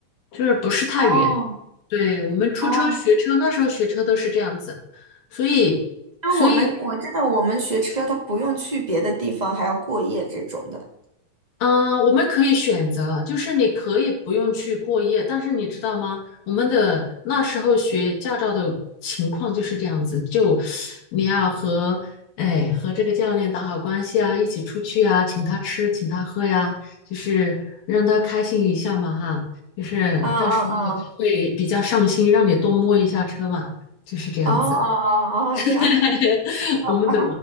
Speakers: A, on the left; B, on the right.
A: 就是不是太远。
B: 哦
A: 对，我们出车学车，
B: 哦，
A: 那时候学车都是这样子，所以，
B: 因为我们我知道我们学车，
A: 所以
B: 他不用去别的地方，还要过夜这种的。
A: 嗯，我们可以选择，就是你可以不用去过夜，但是你知道吗？我们的那时候学驾照的情况就是这样子，就你要和哎和这个教练打好关系啊，一起出去啊，请他吃，请他喝呀，就是让他开心一下嘛哈，就是但是他会比较上心，
B: 嗯嗯嗯，
A: 让你多摸一下车嘛，就是这样子。
B: 哦哦哦哦，
A: <laughs>
B: 这样，好吧。
A: 我们的